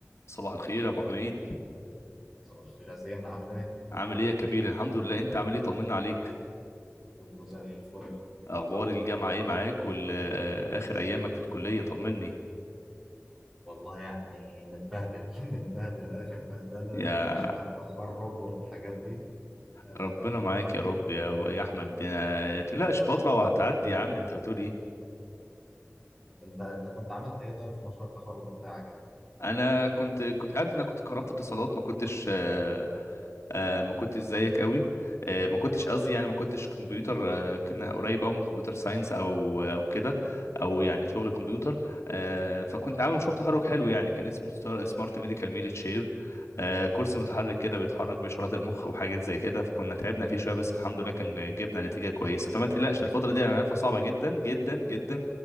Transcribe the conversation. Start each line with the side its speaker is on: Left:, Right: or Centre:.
Left: صباح الخير يا ابو حميد
Centre: صباح الخير يا زين عامل ايه؟
Left: عامل ايه يا كبير الحمد لله انت عامل ايه طمنا عليك
Centre: كله زي الفل
Left: اخبار الجامعه ايه معاك واخر ايامك في الكليه طمني
Centre: والله يعني متبهدل <laughs> متبهدل اخر بهدله
Left: يا
Centre: في مشروع التخرج والحاجات دي آه...
Left: ربنا معاك يا رب يا يا احمد يا- ما تقلقش فتره وهتعدي يا عم انت بتقول ايه
Centre: انت انت كنت عملت ايه طيب في مشروع التخرج بتاعك انت؟
Left: انا كنت كنت عارف انك كنت كهربت اتصالات ما كنتش آه، آه ما كنتش زيك قوي آه ما كنتش قصدي يعني ما كنتش كمبيوتر آه كنا قريب قوي من كمبيوتر ساينس او او كده او يعني شغل كمبيوتر آه فكنت عامل مشروع تخرج حلو يعني كان اسمه سمارت ميديكال ميل تشير آه كرسي متحرك كده بيتحرك باشارات المخ وحاجات زي كده فكنا تعبنا فيه شويه بس الحمد لله كان جبنا نتيجه كويسه فما تقلقش الفتره دي انا عارفها صعبه جدا جدا جدا